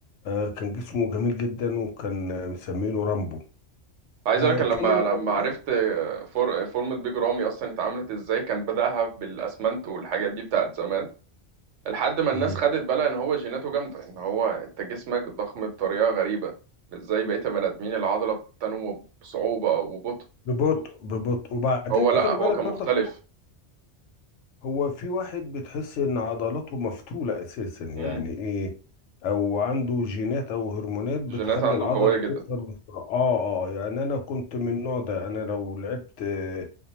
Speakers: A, on the left; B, on the right.
A: آه، كان جسمه جميل جدا وكان آه، مسمينه رامبو
B: عايز
A: آه،
B: اقول لك لما
A: كان الموضوع
B: لما عرفت فور فورمة بيج رامي اصلا اتعملت ازاي كان بدأها بالاسمنت والحاجات دي بتاعت زمان لحد ما
A: مم.
B: الناس خدت بالها ان هو جيناته جامده ان هو انت جسمك ضخم بطريقه غريبه مش زي بقيه البني ادمين العضله بتنمو بصعوبه وببطء
A: ببطء ببطء وبعدين
B: هو لا
A: خلي
B: هو
A: بالك
B: كان
A: برضك
B: مختلف
A: هو في واحد بتحس ان عضلاته مفتولة اساسا يعني
B: امم
A: ايه او عنده جينات او هرمونات بتخلي
B: الجينات عنده
A: العضلة
B: قويه جدا
A: تظهر بسرعة اه اه يعني انا كنت من النوع ده انا لو لعبت آه،